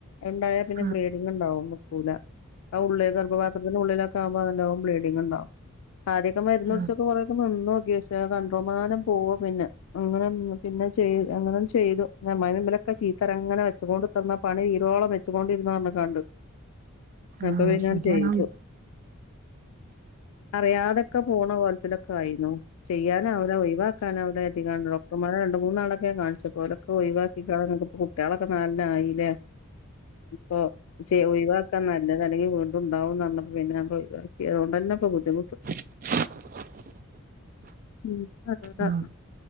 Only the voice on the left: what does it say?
ഉണ്ടായ പിന്നെ
ബ്ലിഡിംങ് ഉണ്ടാവും ല ആ ഉള്ളി ഗർഭപാത്രത്തിൻ്റെ ഉള്ളിലൊക്കെ ആകുമ്പോ അതുണ്ടാകും ബ്ലീഡിംങ് ഉണ്ടാകും ആദ്യക്കെ മരുന്ന്
കുടിച്ചൊക്കെ കൊറെക്കെ നിന്നു അത്യാവശ്യം കണ്ട്രോമാനം പോവ പിന്നെ അങ്ങനെ പിന്നെ ചെയ് അങ്ങനെ ചെയ്തു ഒക്കെ ചീത്തരങ്ങനെ വെച്ചുകൊണ്ടി തന്ന പണി തീരോളം വെച്ചുകൊണ്ടിരുന്ന കാരണം കണ്ട് അപ്പൊ
പിന്നെ
ഞാൻ ചെയ്തു അറിയാത ഒക്കെ പോണ കോലത്തിലൊക്കെ ആയിരുന്നു ചെയ്യാൻ അവടെ ഒഴിവാക്കാൻ അവടെ കാണ ഡോക്ടർമാരെ രണ്ട് മൂന്നാളൊക്ക കാണിച്ചു അപ്പോ ഓലൊക്കെ ഒഴിവാക്കി കളഞ്ഞ് കുട്ടികളൊക്കെ നാലെണ്ണം ആയില്ലേ ഇപ്പൊ ചെ ഒഴിവാക്കാൻ നല്ലത് അല്ലെങ്കിൽ വീണ്ടും ഉണ്ടാവുന്ന് പറഞ്ഞപ്പോ പിന്നെ ഞാൻ പോയി ഒഴിവാക്കി അതുകൊണ്ട് <unintelligible> ബുദ്ധിമുട്ട്
ഉം ആ